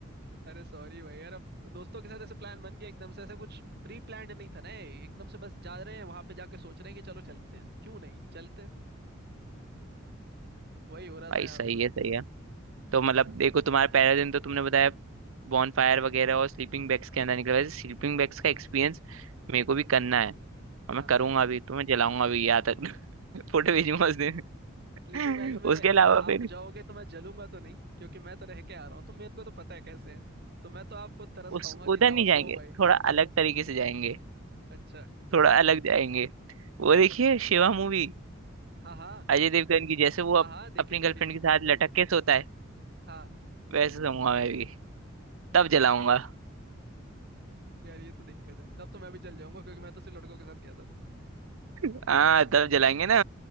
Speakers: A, on the right (about 55°); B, on the right (about 85°).
A: अरे सॉरी भाई यार अब दोस्तों के साथ ऐसे प्लान बन गया एकदम से ऐसा कुछ प्री प्लान्ड नहीं था ना ये, एकदम से बस जा रहे हैं वहां पे जाके सोच रहे हैं कि चलो चलते हैं क्यों नहीं चलते हैं वही हो रहा
B: भाई
A: था यहाँ
B: सही
A: पे तो
B: है सही है तो
A: हम्म
B: मतलब देखो तुम्हारा पहला दिन तो तुमने बताया बॉन फायर वगैरह और स्लीपिंग बैग्स के अंदर निकला वैसे स्लीपिंग बैग्स का एक्सपीरियंस मेरे को भी करना है
A: हाँ
B: और मैं करूंगा भी तुम्हें जलाऊंगा भी यहाँ तक <laughs> फोटो भेजूंगा उस दिन
A: स्लीपिंग
B: <laughs>
A: बैग्स में
B: उसके अलावा
A: आप
B: फिर
A: जाओगे तो मैं जलूंगा तो नहीं क्योंकि मैं तो रह के आ रहा हूँ तो मेरे को तो पता है कैसे है तो मैं तो आपको तरस
B: उस
A: खाऊंगा
B: उधर
A: कि जाओ
B: नहीं जाएंगे
A: सो भाई
B: थोड़ा अलग तरीके से जाएंगे
A: अच्छा
B: थोड़ा अलग जाएंगे वो
A: <laughs>
B: देखिए शिवा मूवी
A: हाँ हाँ
B: अजय देवगन की जैसे वो
A: हाँ
B: अप,
A: हाँ देखिए
B: अपनी
A: देखिए
B: गर्लफ्रेंड के साथ लटक के सोता है
A: हाँ
B: वैसे सोऊंगा मैं भी तब जलाऊंगा
A: यार ये तो दिक्कत है तब तो मैं भी चल जाऊंगा क्योंकि मैं तो सिर्फ लड़कों के साथ गया
B: <laughs> हाँ तब जलाएंगे ना